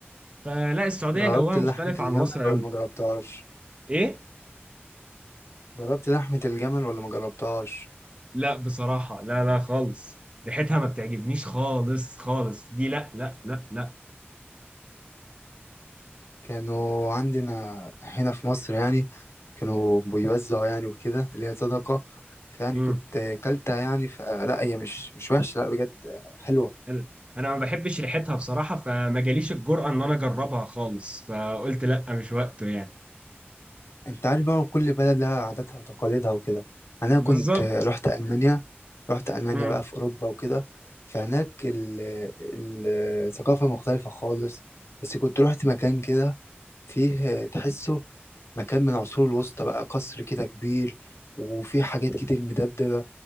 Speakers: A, on the right; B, on the left.
A: فلا السعودية
B: جربت
A: جوها مختلف
B: لحمة الجمل
A: عن مصر قوي
B: ولا ما جربتهاش
A: ايه
B: جربت لحمة الجمل ولا ما جربتهاش
A: لا بصراحة لا لا خالص ريحتها ما بتعجبنيش خالص خالص دي لا لا لا لا
B: كانوا عندنا هنا في مصر يعني كانوا بيوزعوا يعني وكده اللي هي صدقة فيعني
A: مم.
B: كنت كلتها يعني ف... لا هي مش مش وحشة لا بجد حلوة
A: انا انا ما بحبش ريحتها بصراحه فما جاليش الجرأه ان انا اجربها خالص فقلت لا مش وقته يعني
B: انت عارف بقى كل بلد لها عاداتها وتقاليدها وكده يعني انا
A: بالظبط
B: كنت رحت ألمانيا رحت ألمانيا
A: امم
B: بقى في أوروبا وكده فهناك ال... ال- الثقافة مختلفة خالص بس كنت رحت مكان كده فيه تحسه مكان من العصور الوسطى بقى قصر كده كبير وفيه حاجات كتير مدبدبة